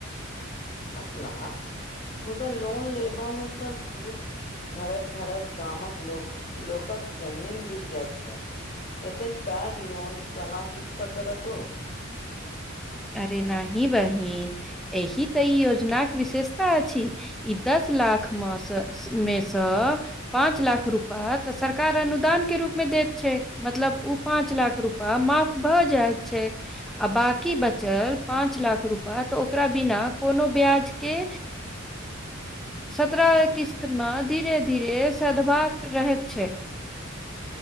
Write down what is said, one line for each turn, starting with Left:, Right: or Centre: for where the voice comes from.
Left: दस लाख मुदा लोन लेबा मे तऽ सुद भरैत भरैत गामक लोक लोकक जमीन बिक जाइत छै एतेक पैघ लोन कना चुक्ता करत ओ
Centre: अरे नाहि बहिन एहि तऽ ई योजनाक विशेषता अछि ई दस लाख म स मे सँ पाँच लाख रुपया तऽ सरकार अनुदान के रूपमे दैत छै मतलब ओ पाच लाख रूपा माफ भऽ जाइत छैक आ बा की बचल पाँच लाख रूपा तऽ ओकरा बिना कोनो ब्याज के सत्रह किस्तमे धीरे धीरे सधबाक रहैत छैक